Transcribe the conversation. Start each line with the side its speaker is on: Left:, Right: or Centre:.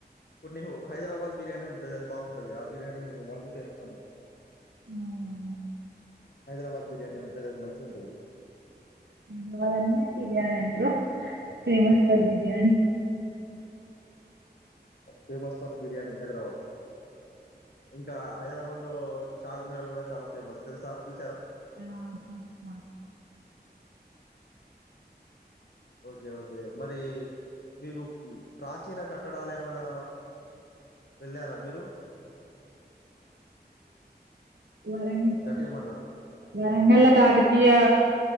Left: కొన్ని హైదరాబాద్ బిర్యానీ అని ఉంటది అది బాగుంటది ఆ బిర్యానీ వరల్డ్ ఫేమస్ అన్నట్టు
Right: అవునవును
Left: హైదరాబాద్ బిర్యానీ ఉంటది అది మంచిగుంటది
Right: ఇ వాళన్నే బిర్యానీ అంటు ఫేమస్ అ బిర్యాని
Left: ఫేమస్ ఫర్ బిర్యానీ హైదరాబాద్ ఇంకా హైదరాబాద్లో చార్మినార్ కూడా చాలా ఫేమస్ తెలుసా చూసారా
Right: చూసిన
Left: ఓకే ఓకే మరి మీకు ప్రాచీన కట్టడాలు ఏమైనా వెళ్ళారా మీరు
Right: వరంగ
Left: గట్టిగా మాట్లాడు.
Right: వరంగల్ల కాకతీయ